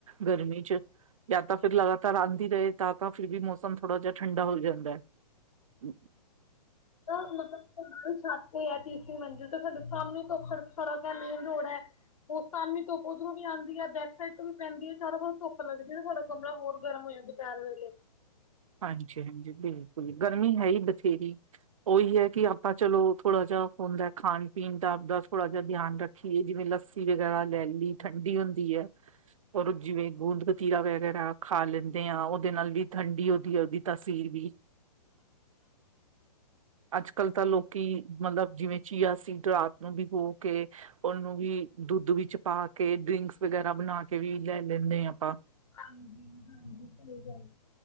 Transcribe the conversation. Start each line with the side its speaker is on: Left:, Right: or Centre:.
Right: ਗਰਮੀ ਚ ਜਾਂ ਤਾਂ ਫਿਰ ਲਗਾਤਾਰ ਆਦੀ ਰਹੇ ਤਾਂ ਤਾਂ ਫਿਰ ਵੀ ਮੌਸਮ ਥੋੜਾ ਜਿਹਾ ਠੰਡਾ ਹੋ ਜਾਂਦਾ ਹੈ।
Left: ਤਾਂ ਮਤਲਬ ਛਾਤੇ ਹੈ ਤੀਸਰੀ ਮੰਜਿਲ ਤੇ ਸਾਡੇ ਸਾਹਮਣੇ ਤੋਂ ਸੜਕ ਹੈ ਮੇਨ ਰੋਡ ਹੈ, ਉਹ ਸਾਮੀ ਵੀ ਆਂਦੀ ਹੈ, ਬੈਕ ਸਾਈਡ ਤੋਂ ਵੀ ਪੈਂਦੀ ਸਡਾ ਕੋਲ ਧੁੱਪ ਲੱਗਦੀ। ਕਮਰਾ ਹੋਰ ਗਰਮ ਹੋ ਜਾਂ ਦੁਪਹਿਰ ਵੇਲੇ,
Right: ਹਾਂਜੀ-ਹਾਂਜੀ, ਬਿਲਕੁਲ ਗਰਮੀ ਹੈ ਹੀ ਬਥੇਰੀ। ਉਹੀ ਹੈ ਕਿ ਆਪਾਂ, ਚਲੋ ਥੋੜ੍ਹਾ ਜਿਹਾ ਹੁੰਦਾ ਖਾਣ- ਪੀਣ ਦਾ ਆਪਦਾ ਥੋੜ੍ਹਾ ਜਿਹਾ ਧਿਆਨ ਰੱਖ। ਖੀ ਜਿਵੇਂ ਲੱਸੀ ਵਗੈਰਾ ਲੈ ਆਉਂਦੀ ਠੰਡੀ ਹੁੰਦੀ ਹੈ। ਰ ਜਿਵੇਂ ਗੂੰਦ -ਪਤੀਰਾ ਵਗੈਰਾ ਖਾ ਲੈਂਦੇ ਆ। ਉਹਦੇ ਨਾਲ ਵੀ ਠੰਡੀ ਉਹਦੀ ਤਸੀਰ ਵੀ, <unintelligible> ਅੱਜ-ਕੱਲ- ਤਾਂ ਲੋਕੀ ਮਤਲਬ ਜਿਵੇਂ ਚੀਆ ਸੀਡ ਰਾਤ ਨੂੰ ਭੀਗੋ ਕੇ ਉਹਨੂੰ ਵੀ ਦੁੱਧ ਵਿੱਚ ਪਾ ਕੇ ਡਰਿੰਕਸ ਵਗੈਰਾ ਬਣਾ ਕੇ ਵੀ ਲੈ ਲੈਂਦੇ ਹਾਂ ਆਪਾਂ
Left: ਹਾਂਜੀ ਹਾਂਜੀ ਸਹੀ ਗੱਲ